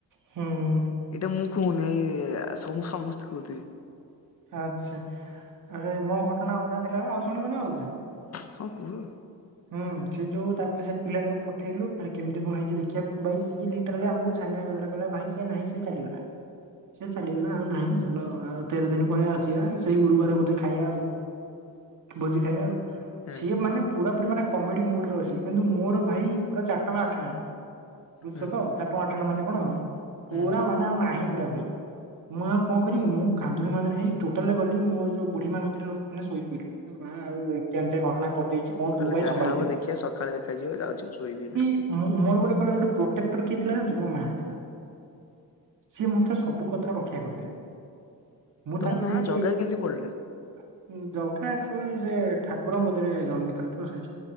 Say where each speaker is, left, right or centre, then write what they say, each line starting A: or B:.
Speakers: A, on the right; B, on the left.
A: ହୁଁ
B: ଏଇଟା ମୁଁ କହୁନି ଏ ଏ ସମ ସମସ୍ତେ କହୁଥିବେ।
A: ଆଛା ଆରେ ମୋ ଘଟଣା ଅଧା ଥିଲା ବା ଆଉ ଶୁଣିବନି ଆଉ ଅଧେ।
B: ହଁ କୁହ।
A: ହୁଁ ସେ ଯୋଉ ତାପରେ ସେ ପିଲାଟାକୁ ପଠେଇଲୁ ଆରେ କେମିତି କଣ ହେଇଛି ଦେଖିବାକୁ ଭାଇ ସିଏ ଲି ଟୋଟାଲୀ ଆମକୁ ଛାନିଆ କରିଦେଲା ଭାଇ ସିଏ ନାହିଁ ସିଏ ଚାଲିଗଲା। ସେ ଚାଲିଗଲା ଆଉ ନାହିଁ ଚାଲ ଆଉ ତେର ଦିନ ପରେ ଆସିବା ସେଇ ଗୁରୁବାର ବୋଧେ ଖାଇବା ଆଉ ଭୋଜି ଖାଇବା ଆଉ
B: ହଁ
A: ସିଏ ମାନେ ପୁରା ପୁରା ମାନେ କମେଡି ମୁଡରେ ଅଛି କିନ୍ତୁ ମୋର ଭାଇ ପୁରା ଚାରି ଟଙ୍କା ଆଠଣା ବୁଝୁଛ
B: ହଁ
A: ତ ଚାର ଟଙ୍କା ଆଠନା ମାନେ କଣ
B: ହୁଁ
A: ପୁରା
B: ହୁଁ
A: ମାନେ ଆଉ ନାହିଁ ପୁରା ପୁରୀ। ମୁଁ ଆଉ କଣ କରିବି ମୁଁ କାନ୍ଦୁଣି ମାନ୍ଦୁଣି ହେଇ ଟୋଟାଲି ଗଲି ମୋ ଯୋଉ ବୁଢୀମା କତିରେ ମାନେ ଶୋଇ ପିଡିଲି। ମା ଆଉ ଏମିତି ଏମିତିଆ ଘଟଣା କରିଦେଇଛି କଣ
B: କହିଲେ
A: ତୁ ଭାଇ
B: ଯାହାହବ
A: ସମ୍ଭାଳି ଦେ
B: ଦେଖିବା ସକାଳେ ଦେଖାଯିବ ଯାଉଛି ମୁଁ ଶୋଇବି ଏନା।
A: ମୁଁ ମୋର ଗୋଟେ କହିଲ ଗୋଟେ ପ୍ରୋଟେକ୍ଟର କିଏ ଥିଲା ଜାଣିଛୁ ମୋ ମା ଥିଲା। ସିଏ ମୋତେ ସବୁ କଥା ରକ୍ଷା କରିଦିଏ। ମୁଁ
B: ତମ
A: ତାକୁ
B: ନାଁ
A: ଯାଇ
B: ଜଗା
A: ଯୋଉ ଏ
B: କେମିତି ପଡିଲା
A: ଜଗା ଆକଚୁଆଲି ସେ ଠାକୁରଙ୍କ କତିରେ ଜନ୍ମିଥିଲା ତ ସେ